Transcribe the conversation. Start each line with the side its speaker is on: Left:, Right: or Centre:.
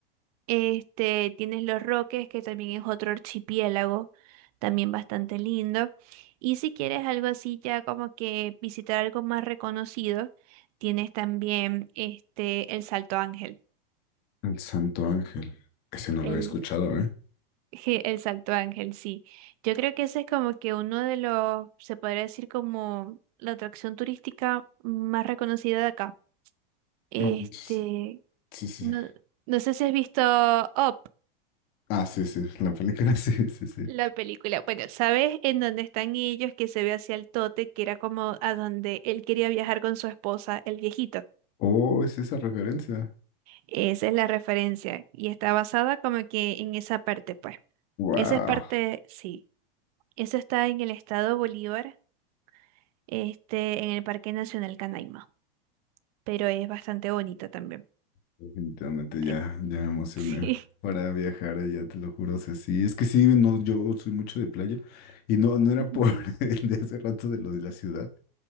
Right: Este, tienes Los Roques, que también es otro archipiélago, también bastante lindo. Y si quieres algo así, ya como que visitar algo más reconocido, tienes también este, el Salto Ángel.
Left: El Santo Ángel. Ese no
Right: El,
Left: lo había escuchado, ¿eh?
Right: je- el Salto Ángel, sí. Yo creo que ese es como que uno de los, se podría decir como la atracción turística más reconocida de acá. Este,
Left: No manches. Sí, sí.
Right: no,
Left: sí.
Right: no sé si has visto Up.
Left: Ah, sí, sí. La película, <laughs> sí, sí, sí.
Right: La película, bueno, ¿sabes en dónde están ellos? Que se ve hacia el tote, que era como a donde él quería viajar con su esposa, el viejito.
Left: Oh, es esa referencia.
Right: Esa es la referencia y está basada como que en esa parte, pues.
Left: Wow.
Right: Esa es parte, sí. Eso está en el estado Bolívar, este, en el Parque Nacional Canaima, pero es bastante bonito también.
Left: Definitivamente ya,
Right: Ay,
Left: ya me emocioné
Right: <laughs> Sí,
Left: para viajar allá, te lo juro. O sea, sí, es que sí, no, yo soy mucho de playa y no, no era
Right: Ujú.
Left: por <laughs> el de hace rato de lo de la ciudad.